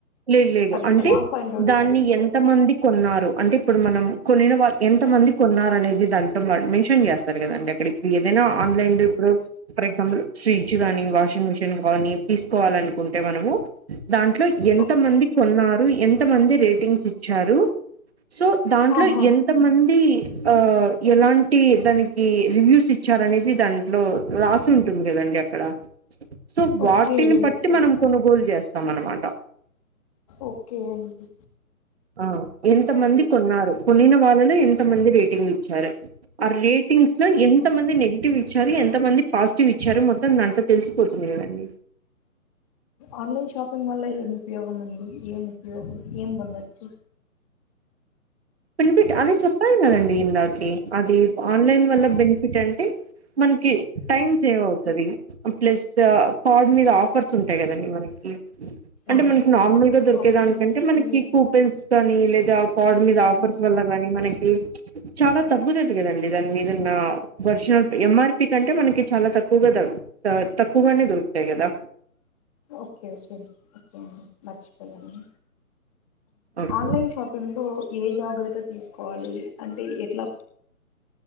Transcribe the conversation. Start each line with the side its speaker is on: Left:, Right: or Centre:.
Right: లేదు లేదు
Left: అది
Right: అంటే
Left: ఎలా ఫైండ్ అవుట్
Right: దాన్ని
Left: చేస్తారు
Right: ఎంత మంది కొన్నారు. అంటే ఇప్పుడు మనం కొనీనా వాళ్ళు ఎంత మంది కొన్నారు. అనేది దాంట్లో వారు మెన్షన్ చేస్తారు కదండి. అక్కడప్పుడు ఏదైనా ఆన్లైన్ ఇప్పుడు ఫర్ ఎగ్జాంపుల్ ఫ్రిడ్జ్ కానీ, వాషింగ్ మిషిన్, కాని తీసుకోవాలనుకుంటే మనము దాంట్లో ఎంత
Left: ఓకే
Right: మంది కొన్నారు ఎంత మంది. రేటింగ్స్ ఇచ్చారు. సో దాంట్లో
Left: ఆహా
Right: ఎంత మంది ఆ ఎలాంటి దానికి రివ్యూస్ ఇచ్చార అనేది. దాంట్లో రాసి ఉంటుంది కదండి అక్కడ. సో
Left: ఓకే
Right: వాటిని బట్టి
Left: ఓకే
Right: మనం కొనుగోలు చేస్తాం. చేస్తామన్నమాట.
Left: ఓకే అండి
Right: ఆ ఎంత
Left: ఓకే
Right: మంది కొన్నారు. కొన్నిన వాళ్ళలో ఎంత మంది రేటింగ్ చారు ఆ రేటింగ్స్ లో
Left: ఓకే
Right: ఎంత మంది నెగిటివ్ చదివి ఎంత మంది పాజిటివ్ ఇచ్చారు. మనం మొత్తం అంతా తెలిసిపోతుంది. కదండి
Left: ఆన్లైన్ వల్ల ఏం ఉపయోగం ఉంది. ఏం ఉపయోగం ఏం పొందొచ్చు.
Right: బెన్ఫిట్ అదే చెప్పన్ కదండి ఇందాకే అది ఆన్లైన్ వల్ల బెనిఫిట్ అంటే మనకి టైం సేవ్ అవుతది. ప్లస్ కడ్ మీద ఆఫ్ ఆఫర్స్ ఉంటాయి కదా అండి. మనకి అంటే
Left: ఆహా
Right: మనకి నార్మల్ గా దొరికేదానీకంటే.
Left: ఓకే ఓకే
Right: మనకి కూపెన్స్ గానీ లేదా కడ్ మీద
Left: ఓకే
Right: వచ్చినోళ్లక్ గానీ మనకి చాలా తగ్గుతుది కదండి దాని మీదన్న ఒరిజినల్ ఎమ్మార్పీ కంటే మనకి చాలా తక్కువగా తక్కువగానే దొరుకుతాయి కదా.
Left: ఓకే ఓకే ఓకే అండి మర్చిపోయాను
Right: ఓకే
Left: ఆన్లైన్ షాపింగ్లో ఏ జాగ్రత్త తీసుకోవాలి అంటే ఎట్లా